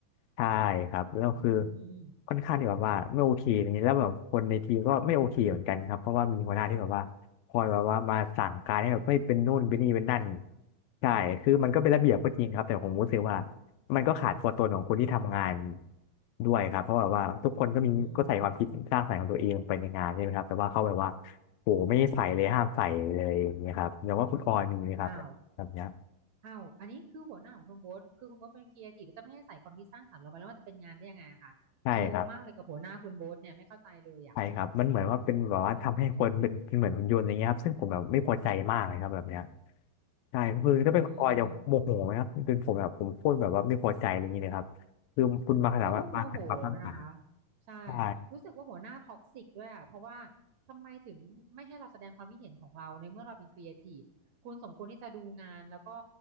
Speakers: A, on the left; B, on the right.
A: ใช่ครับแล้วคือ
B: อืม
A: ค่อนข้างที่แบบว่าไม่โอเคอย่างนี้ยแล้วแบบคนในทีมก็ไม่โอเคเหมือนกันครับเพราะว่ามีหัวหน้าที่แบบว่าคอยแบบว่ามาสั่งการให้แบบไม่เป็นนู่นเป็นนี่เป็นนั่นใช่คือมันก็เป็นระเบียบก็จริงครับแต่ผมรู้สึกว่ามันก็ขาดตัวตนของคนที่ทำงานด้วยครับเพราะแบบว่าทุกคนก็มีก็ใส่ความคิดสร้างสรรค์ของตัวเองลงไปในงานใช่ไหมครับแต่ว่าเขาแบบว่า
B: อืม
A: โหไม่ใส่เลยห้ามใส่เลยอย่างเงี้ยครับอย่างว่าคุณออยมีไหมครับแบบเนี้ย
B: อ้าวอ้าวอันนี้คือหัวหน้าของคุณโบ๊ทคือคุณโบ๊ทเป็นครีเอทีฟจะไม่ให้ใส่ความคิดสร้างสรรค์ลงไปแล้วมันจะเป็นงานได้ยังไงอะคะ
A: ใช่ครับ
B: งงมากเลยกับหัวหน้าคุณโบ๊ทเนี่ยไม่เข้าใจเลยอ่ะ
A: ใช่ครับมันเหมือนว่าเป็นแบบว่าทำให้คนเป็นเป็นเหมือนหุ่นยนต์อย่างเงี้ยครับซึ่งผมแบบไม่พอใจมากเลยครับแบบเนี้ยใช่คือถ้าเป็นคุณออยจะโมโหไหมครับเป็นผมแบบผมโคตรแบบว่าไม่พอใจอะไรอย่างเงี้ยเลยครับคือคุณมาขนาดว่ามาขนาดความสร้างสรรค์
B: อืม เขาคงโมโหนะคะใช่
A: ใช่
B: รู้สึกว่าหัวหน้าท็อกซิกด้วยอ่ะเพราะว่าทำไมถึงไม่ให้เราแสดงความคิดเห็นของเราในเมื่อเราเป็นครีเอทีฟคุณสมควรที่จะดูงานแล้วก็